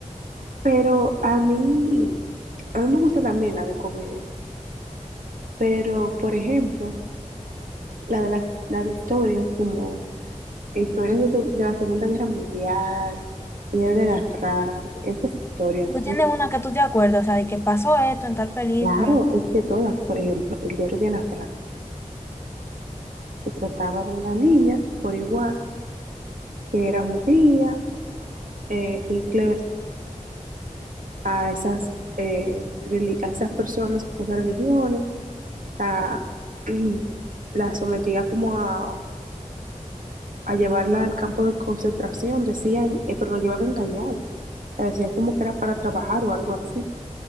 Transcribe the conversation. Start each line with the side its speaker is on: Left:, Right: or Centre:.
Right: Pero a mí, a mí me gusta también la de comedia. Pero, por ejemplo, la de las, la de historias como... Historias de, seg- de la Segunda Guerra Mundial, el diario de Ana Frank, esas historias
Left: Tú tienes
Right: son,
Left: una que tú te acuerdas, o sea, de que pasó esto en tal película.
Right: claro, es que todas, por ejemplo, el diario de Ana Frank, se trataba de una niña, por igual, que era judía, eh, Hitler a esas, eh, reli- a esas personas, pues, de religiones, la, <clears throat> la sometía como a, a llevarla al campo de concentración, decían, eh, pero lo llevaban engañados, o sea, decían como que era para trabajar o algo así.